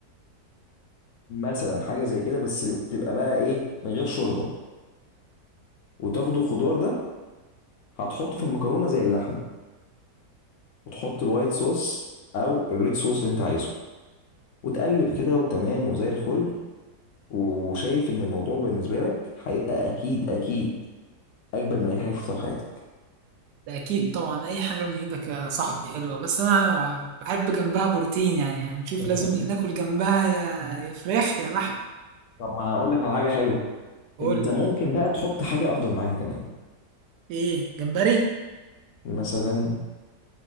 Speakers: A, on the left; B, on the right.
A: مثلا حاجه زي كده بس بتبقى بقى ايه من غير شوربه وتاخد الخضار ده هتحطه في المكرونه زي اللحمه وتحط الوايت صوص او الريد صوص اللي انت عايزه وتقلب كده وتمام وزي الفل وشايف ان الموضوع بالنسبه لك هيبقى اكيد اكيد اجمل من اي حاجه شفتها في حياتك
B: ده أكيد طبعا أي حاجة من إيدك يا صاحبي حلوة بس أنا بحب جنبها بروتين يعني هنشوف
A: <laughs>
B: لازم ناكل جنبها يا يا فراخ يا لحم
A: طب ما هقول لك على حاجه حلوه
B: قول
A: انت ممكن بقى تحط حاجه افضل معاها كمان
B: ايه جمبري
A: مثلا